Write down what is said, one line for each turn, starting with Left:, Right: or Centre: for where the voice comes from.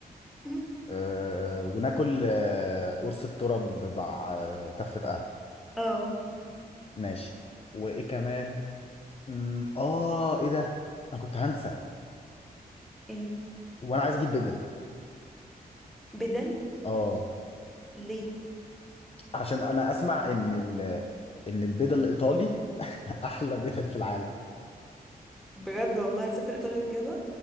Centre: <laughs>
Left: أه وناكل أه قرص الترب مع آه، تفة قهوه
Centre: اه
Left: ماشي وايه كمان أمم، اه ايه ده انا كنت هنسى
Centre: ايه
Left: وانا عايز اجيب بدل
Centre: بدل
Left: اه
Centre: ليه
Left: عشان انا اسمع ان ال ان البدل الايطالي <laughs> احلى بدل في العالم
Centre: بجد والله هتسافر ايطاليا تجيبها